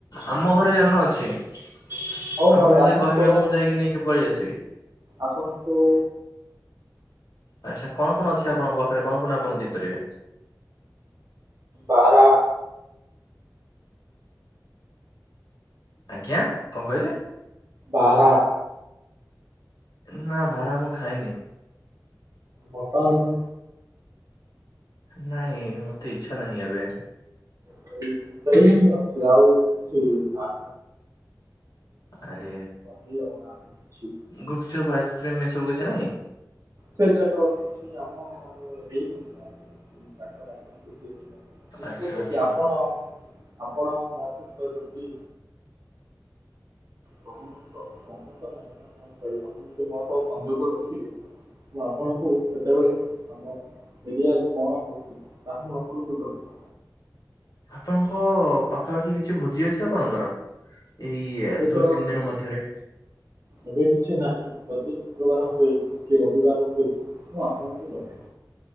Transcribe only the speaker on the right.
ହଉ ନହେଲେ
ଆସନ୍ତୁ
ଆସନ୍ତୁ
ବାରା,
ବାରା।
ମୋଟନ୍,
ସେଇ ସେଇଁ ଅଛି ଆଉ କିଛି ନା
ହିଁ ଅଣା ହେଇଛି।
ସେ ଯାକ କିଛି ଆମ ହେଇନଥିଲା <unintelligible> ହେଇନ କିନ୍ତୁ
ଯଦି
ଆପଣ ଆପଣ ମ ସହିତ ଯଦି, କଣ ତ କଣ ତ ନହିଁ ତ କଣ କହିବେ ଆପଣ ଯଦି ମୋ ସହବ ସଂଯୋଗ ରଖିବେ। ମୁଁ ଆପଣଙ୍କୁ କେତେବେଳେ ଆମ ଏରିଆରେ କଣ ହେଉଛି ତାହା ମୁଁ ଆପଣଙ୍କୁ ଜଣାଇବି।
ଏବେ ତ
ଏବେ କିଛି ନାହିଁ। ଯଦି ଶୁକ୍ରବାର ହୁଏ କି ରବିବାର ହୁଏ, ମୁଁ ଆପଣଙ୍କୁ ଜଣେ।